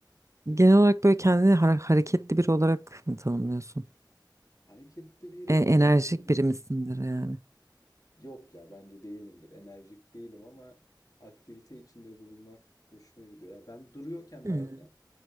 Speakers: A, on the left; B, on the right.
A: değil
B: genel
A: mi?
B: olarak böyle kendini har- hareketli biri olarak mı tanımlıyorsun?
A: Hareketli biri
B: E,
A: olarak
B: enerjik
A: hmm,
B: biri misindir yani?
A: yok ya bence değilimdir. Enerjik değilim ama aktivite içinde bulunmak hoşuma gidiyor. Ya ben duruyorken
B: Hmm.
A: daha yani